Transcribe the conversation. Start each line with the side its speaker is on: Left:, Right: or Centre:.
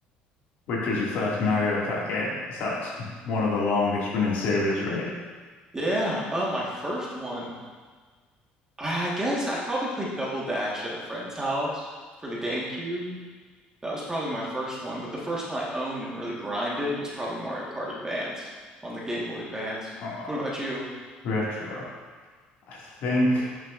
Left: which was your first Mario Kart game? Because that's one of the longest running series, right?
Right: Yeah, uh my first one, I I guess I probably played Double Dash at a friend's house for the GameCube. That was probably my first one, but the first one I owned and really grinded was probably Mario Kart Advanced on the Game Boy Advanced.
Left: Uh,
Right: What about you?
Left: retro. I think